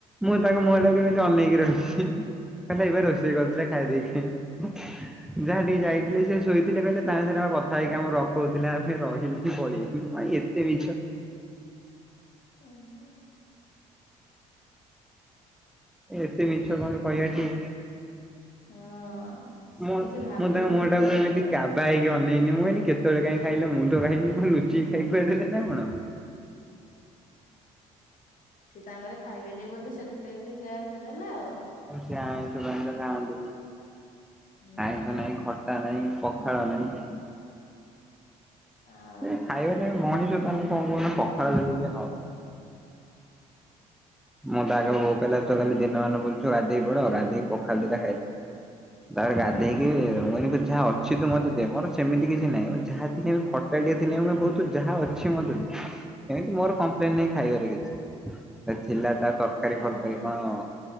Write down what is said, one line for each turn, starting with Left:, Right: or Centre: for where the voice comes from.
Centre: ମୁଁ ତାଙ୍କ ମୁହଁ ଟା ବି ଏମିତି ଅନେକି ରହିଛି କହିଲା ଏବେ ରୋଷେଇ କରଥିଲେ ଖାଇ ଦେଇକି <inaudible> ଯାହା ଟିକେ ଯାଇଥିଲେ ସେ ଶୋଇଥିଲେ କହିଲେ ତାଙ୍କ ସାଙ୍ଗରେ କଥା ହେଇକି ଆମକୁ ରଖଉଥିଲେ ଆମେ ରହିଲି ପଳେଇିଲୁ <unintelligible> ସେ ମିଛ
Left: ଓ ହୋ।
Centre: ଏତେ ମିଛ କଣ କହିବା ଠିକ?
Left: ହଁ ସେ
Centre: ମୁଁ
Left: କିଛି ଭାବି
Centre: ମୁଁ ତାଙ୍କ
Left: ଚିନ୍ତି
Centre: ମୁହଁ ଟାକୁ
Left: କହିଥିବେ
Centre: ଏମିତି
Left: ଆଉ।
Centre: କାବା ହେଇକି ଅନେଇନି, ମୁଁ କହିଲି? କେତେବେଳେ କାଇଁ ଖାଇଲେ ମୁଁ ତ ଖାଇନି କଣ ଲୁଚି ଖାଇ ଖୁଆ ଦେଲେ ନା କଣ।
Left: ସିଏ ତାଙ୍କରେ ଖାଇବେନି ବୋଧେ ସେଥିପାଇଁ ସେ ସେଇଆ କହିଦେଲେ ଆଉ।
Centre: ସେ ଆଇଁଷ ପାଇଁଷ ଖାଆନ୍ତିନି,
Left: ହୁଁ
Centre: ଆଇଁଷ ନାଇଁ ଖ ତା ନାହିଁ ପଖାଳ ନାହିଁ।
Left: ଆ।
Centre: ସେ ଖାଇବାରେ ମଣିଷ ତମେ କଣ କହୁନ, ପଖାଳ ଯଦି ନ ହ ମୁଁ ତ ଆଗ ବୋଉ କହିଲା ତୁ କାଲି ଦିନମାନ ବୁଲୁଛୁ ଗାଧୋଇ ପଡ ଗାଧୋଇ ପଖାଳ ଦି ଟା ଖାଇଦେ। ତାର ଗାଧେଇକି ମୁଁ କନି ଯାହା ଅଛି ତୁ ମତେ ଦେ ମୋର ସେମିତି କିଛି ନାହିଁ, ଯାହାଥିଲେ ବି ଖ ଟା ଟିକେ ଥିଲେ ବଉ ଯାହା ଅଛି ମତେ ଦେ ଏମିତି ମୋର କମ୍ପ୍ଲେନ ନାହିଁ ଖାଇବାର କିଛି, ଥିଲା ତା
Left: ଭଲ
Centre: ତରକାରୀ ଫରକାରୀ
Left: ଭଲ
Centre: କଣ?